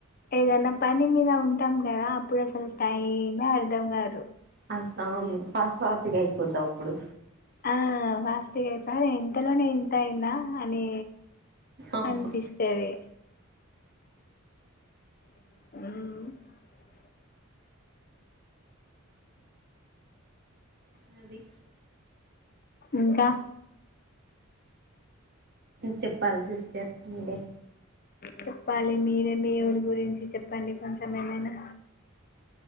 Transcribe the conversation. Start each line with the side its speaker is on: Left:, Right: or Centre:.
Left: ఏదన్నా పని మీద ఉంటాం కదా అప్పుడు అసలు టైమే అర్ధం కాదు
Right: అంత వాళ్లు ఫస్ట్ ఫస్ గా అయ్యిపోదిప్పుడు
Left: ఆ ఫాస్టుగా ఐత ఇంతలోనే ఇంత అయిందా అని
Right: అవును
Left: అనిపిస్తది ఉమ్
Right: నవీ
Left: ఇంకా
Right: మ్ చెప్పాలి సిస్టర్ మీరే
Left: చెప్పాలి మీరే మీ ఊరి గురించి చెప్పండి కొంచెం ఏమైనా